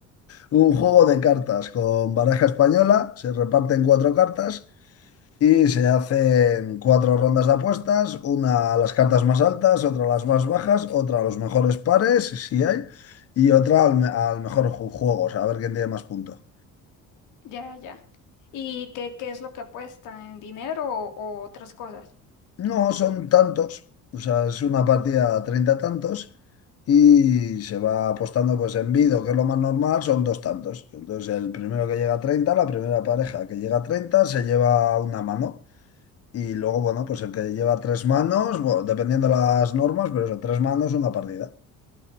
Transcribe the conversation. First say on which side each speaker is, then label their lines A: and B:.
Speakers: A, on the left; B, on the left.
A: un juego de cartas con baraja española, se reparten cuatro cartas y se hacen cuatro rondas de apuestas, una a las cartas más altas, otra a las más bajas, otra a los mejores pares, si hay, y otra al, me- al mejor ju- juego, o sea, a ver quién tiene más puntos.
B: Ya, ya. ¿Y qué, qué es lo que apuesta en dinero o o otras cosas?
A: No, son tantos, o sea, es una partida 30 tantos y se va apostando pues en vido, que es lo más normal, son dos tantos. Entonces el primero que llega a 30 la primera pareja que llega a 30 se lleva una mano y luego, bueno, pues el que lleva tres manos, bueno, dependiendo las normas, pero eso, tres manos, una partida.